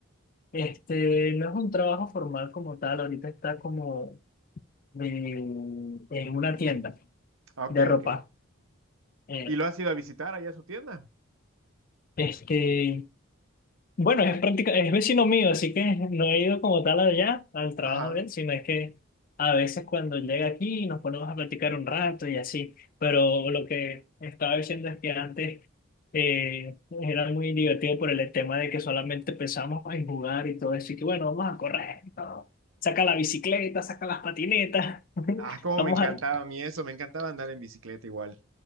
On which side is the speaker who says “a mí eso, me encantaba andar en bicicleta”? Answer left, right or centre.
Right